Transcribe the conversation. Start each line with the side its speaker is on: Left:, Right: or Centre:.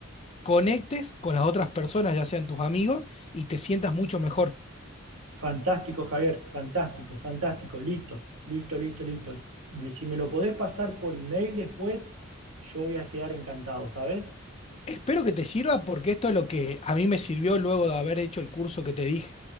Left: conectes con las otras personas, ya sean tus amigos, y te sientas mucho mejor.
Right: Fantástico, Javier, fantástico, fantástico, listo, listo, listo, listo. Si me lo podés pasar por email después, yo voy a quedar encantado, ¿sabes?
Left: Espero que te sirva porque esto es lo que a mí me sirvió luego de haber hecho el curso que te dije.